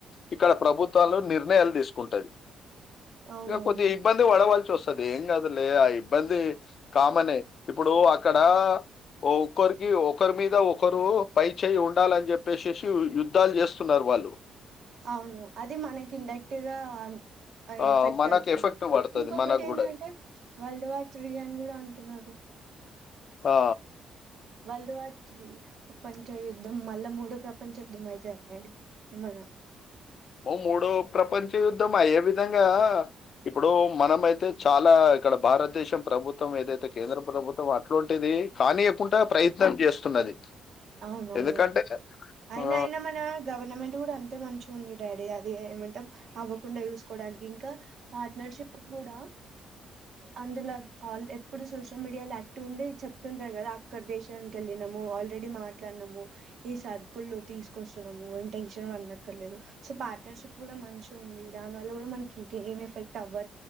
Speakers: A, on the left; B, on the right.
A: ఇక్కడ ప్రభుత్వాలు నిర్ణయాలు వేసుకుంటారు
B: అవునవును
A: ఇంకా కొద్దిం ఇబ్బంది పడవల్సి వస్తుది ఏం కదులే ఆ ఇబ్బంది కామనే ఇప్పుడు అక్కడ ఒకరికి ఒకరి మీద ఒకరు పై చేయి ఉండాలని చెప్పేసేసి యుద్ధాలు చేస్తున్నారు వాళ్ళు
B: అవును అది మనకి ఇండరెక్ట్గా అ
A: ఆ
B: ఎఫెక్ట్
A: మనకు
B: అవుతుంది
A: ఎఫెక్ట్ పడుతది
B: ఇంకొకటి
A: మనకు
B: ఏంటంటే
A: కూడా
B: వల్డ్ వ త్రీ అని కూడా అంటున్నారు
A: ఆ
B: వరల్డ్ వార్ త్రి ప్రపంచ యుద్ధం మళ్ళా మూడో ప్రపంచ యుద్ధం మల్ల మూడో ప్రపంచ యుద్ధం అయితదా డాడీ ఏమన్నా
A: మూడో ప్రపంచ యుద్ధం అయ్యే విధంగా ఇప్పుడు మనమైతే చాలా ఇక్కడ భారతదేశం ప్రభుత్వం ఏదైతే కేంద్ర ప్రభుత్వం అట్లాంటిేది కానీయకుండా ప్రయత్నం చేస్తున్నది
B: అవునవును
A: ఎందుకంటే
B: అయిన
A: ఆ
B: అయినా మన గవర్నమెంట్ కూడా అంతే మంచి ఉంది డాడీ అది ఏమంటా అవ్వకుండా చూసుకోవడానికి ఇంకా పార్ట్నర్షిప్ కూడా అందులో ఎప్పుడు సోషల్ మీడియా యాక్టివ్ ఉండి చెప్తుంటారు కదా అక్కడ దేశానికి వెళ్ళినము వా ఆల్రెడీ మాట్లాడనము ఈ సర్కుల్లో తీసుకొస్తున్నాము ఏం టెన్షన్ అండక్కర్లేదు సో పార్ట్నర్షిప్ కూడా మంచి ఉంది దాని వల్ల కూడా మనకి ఇం ఏం ఎఫెక్ట్ అవ్వ